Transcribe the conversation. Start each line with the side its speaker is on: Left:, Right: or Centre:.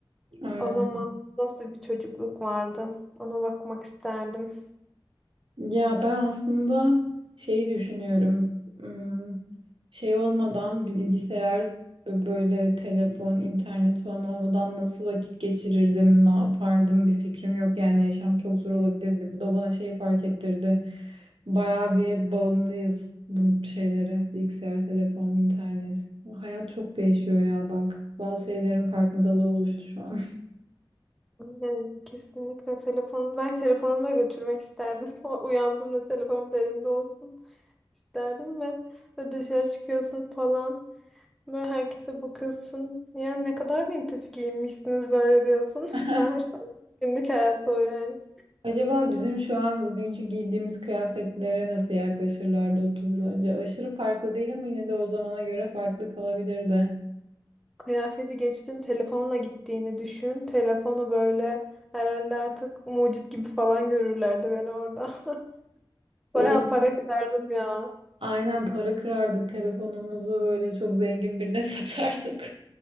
Right: Aynen.
Centre: O zaman nasıl bir çocukluk vardı? Ona bakmak isterdim.
Right: Ya ben aslında şeyi düşünüyorum. Hmm, Şey olmadan bilgisayar ve böyle telefon, internet falan olmadan nasıl vakit geçirirdim, ne yapardım bir fikrim yok. Yani yaşam çok zor olabilirdi. Bu da bana şey fark ettirdi. Bayağı bir bağımlıyız bu şeylere. Bilgisayar, telefon, internet. Hayat çok değişiyor ya bak. Bazı şeylerin farkındalığı oluştu şu an.
Centre: Yani kesinlikle telefonu ben telefonumu da götürmek isterdim. <laughs> O- Uyandığımda telefonum da elimde olsun isterdim ve ve dışarı çıkıyorsun falan. Böyle herkese bakıyorsun. Ya ne kadar vintage giyinmişsiniz böyle diyorsun.
Right: <laughs>
Centre: <laughs> Meğerse günlük hayatı o yani.
Right: Acaba bizim şu an bugünkü giydiğimiz kıyafetlere nasıl yaklaşırlardı 30 yıl önce? Aşırı farklı değil ama yine de o zamana göre farklı kalabilirdi.
Centre: Kıyafeti geçtim telefonla gittiğini düşün. Telefonu böyle herhalde artık mucit gibi falan görürlerdi beni orada. <laughs>
Right: Olup
Centre: Bayağı para kırardım ya.
Right: aynen para kırardık, telefonumuzu böyle çok zengin birine <laughs> satardık.